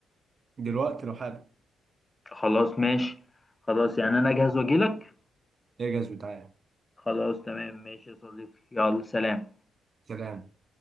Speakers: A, on the right (about 45°); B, on the left (about 20°).
A: دلوقتي لو حابب
B: خلاص ماشي خلاص يعني انا جاهز واجيلك
A: اجهز وتعالى
B: خلاص تمام ماشي يا صديقي يلا سلام
A: سلام